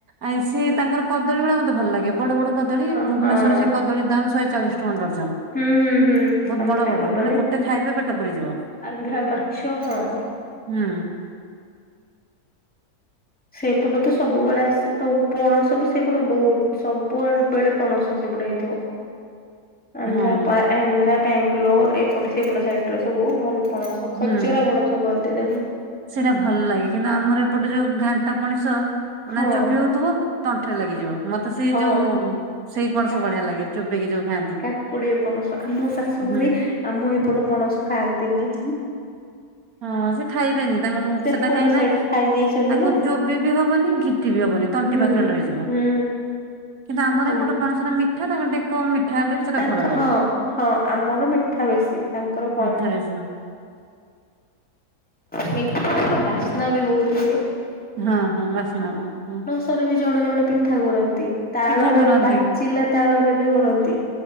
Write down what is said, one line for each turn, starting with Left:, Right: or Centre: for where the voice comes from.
Right: ଆଉ ସିଏ ତାଙ୍କର କଦଳୀ ଗୁଡ଼ା ମତେ ଭଲ ଲାଗେ ବଡ଼ ବଡ଼ କଦଳୀ
Centre: ହଁ
Right: ଭୁବନେଶ୍ୱରରେ
Centre: ହଁ
Right: ସେ କଦଳୀ ଦାମ୍ ଶହେ ଚାଳିଶି ଟଙ୍କା ଡର୍ଜନ।
Centre: ହୁଁ ହୁଁ ହୁଁ
Right: ବହୁତ
Centre: ଆନ୍ଧ୍ରା
Right: ବଡ଼ ବଡ଼
Centre: କଦଳୀ
Right: ମାନେ ଗୋଟେ ଖାଇବେ ପେଟ ପୁରିଯିବ।
Centre: ଆନ୍ଧ୍ରା ମାଛ ହଁ।
Right: ହୁଁ
Centre: ସେପଟୁ ତ ସବୁବେଳେ ଆସେ ଆଉ ପଣସ ବି ସେପଟୁ ବହୁତ ସବୁଆଡେ଼ ବେଳେ ପଣସ ସେପଟେ ହେଇଥିବ।
Right: <inaudible>
Centre: ଆନ୍ଧ୍ର
Right: ହଁ
Centre: ଆନ୍ଧ୍ରା ବାଙ୍ଗାଲୋର ଏପଟ ସେପଟ ସାଇଡରେ ସବୁ ଭଲ ପଣସ। ଖଜରା
Right: ହୁଁ।
Centre: ପଣସ କନ୍ତି ତାକୁ।
Right: ସେଇଟା ଭଲ ଲାଗେ କିନ୍ତୁ ଆମର ଏପଟେ ଯୋଉ ଘାନ୍ତା ପଣସ
Centre: ହଁ
Right: ନା ଚୋବ ହଉଥିବ ତଣ୍ଟିରେ ଲାଗିଯିବ ମତେ ସେଇ
Centre: ହଁ
Right: ଯୋଉ ସେଇ ପଣସ
Centre: କା
Right: ବଢିଆ ଲାଗେ। ଚୋବେଇକି ଯୋଉ ଖାଆନ୍ତି।
Centre: କାକୁଡି ପଣସ ଆମ ଶାଶୁଘରେ
Right: ହୁଁ
Centre: ଆମ ଏପଟ ପଣସ ଖାଆନ୍ତିନି।
Right: ହଁ ସେ ଖାଇବେନି ତାଙ୍କଁ
Centre: ସେପଟ
Right: ସେଟା କାହିଁକି ନା
Centre: ସାଇଡ ଖାଇ ଦେଇଛନ୍ତି
Right: ତାକୁ
Centre: ନା
Right: ଚୋବି ବି ହବନି ଘିଟି ବି ହବନି ତଣ୍ଟି
Centre: ହୁଁ
Right: ପାଖେ ରହିଯିବ।
Centre: ହୁଁ
Right: କିନ୍ତୁ ଆମର
Centre: ଆମ
Right: ଏପଟେ ପଣସଟା ମି ମିଠା ତାଙ୍କ ଟିକେ କମ୍ ମିଠା ହେଲେ ବି ସେଟା
Centre: ତାଙ୍କ
Right: ଭଲ ଲାଗେ
Centre: ହଁ ହଁ ଆମର ମିଠା ବେଶୀ ତାଙ୍କର କମ
Right: ମିଠା ବି ସେ
Centre: ମିଠା ଆର ବାସ୍ନା ବି ବହୁତ ହୁଏ।
Right: ହଁ ହଁ ବାସ୍ନା ବହୁତ୍ ଇଏ
Centre: ଗରେ ବି ଜଣେ ଜଣେ ପିଠା କରନ୍ତି ତାଳରେ
Right: ପିଠା କରନ୍ତି।
Centre: ବି ପାଚିଲା ତାଳରେ ବି କରନ୍ତି।